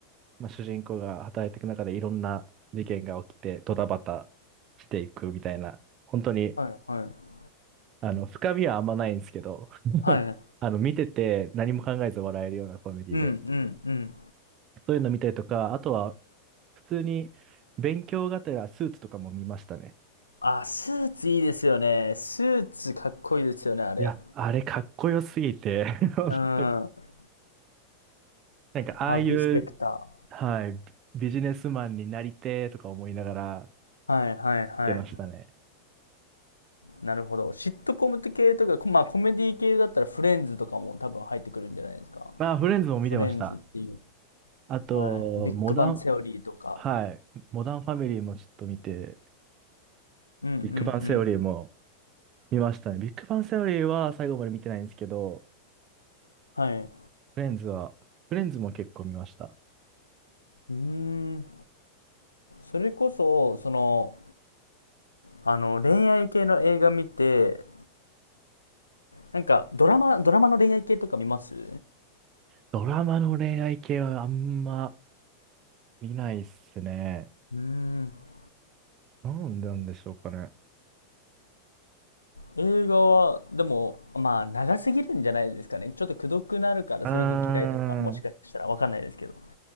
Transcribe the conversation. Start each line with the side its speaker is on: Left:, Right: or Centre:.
Right: まあ、主人公が働いていく中でいろんな事件が起きてドタバタしていくみたいな、本当に、
Left: はいはい。
Right: あの、深みはあんまないんですけど、<laughs>
Left: はい。
Right: あの、見てて何も考えず笑えるようなコメディで、
Left: うんうんうん。
Right: そういうの見たりとか、あとは普通に勉強がてらスーツとかも見ましたね。
Left: あ、スーツいいですよね。スーツかっこいいですよね、あれ。
Right: いや、あれかっこよすぎて
Left: うん。
Right: <laughs> なんかああいう、
Left: ハービー・スペクタ
Right: はい、ビビジネスマンになりてーとか思いながら
Left: ー。はいはいはい。
Right: 見てましたね。
Left: なるほど。シットコム系とか、こまあコメディ系だったらフレンズとかも多分入ってくるんじゃないですか。
Right: まあ、フレンズも見てました。
Left: フレンズっていう。
Right: あと、
Left: はい。ビッグバンセオリーとか。
Right: モダン、はい、モダンファミリーもちょっと見て、
Left: うんうんう
Right: ビッグバンセオリーも
Left: ん。
Right: 見ましたね。ビッグバンセオリーは最後まで見てないんですけど、
Left: はい。う
Right: フレンズは、フレンズも結構見ました。
Left: ーん。それこそ、その、あの、恋愛系の映画見て、なんか、ドラマ、ドラマの恋愛系とか見ますう
Right: ドラマの恋愛系はあんま見ないっすね。
Left: ーん。
Right: なんでなんでしょうかね。
Left: 映画は、でも、まあ、長すぎるんじゃないですかね。ちょっとくどくなるからそれが嫌いとか、
Right: うーん。
Left: もしかしたらわかんないですけど。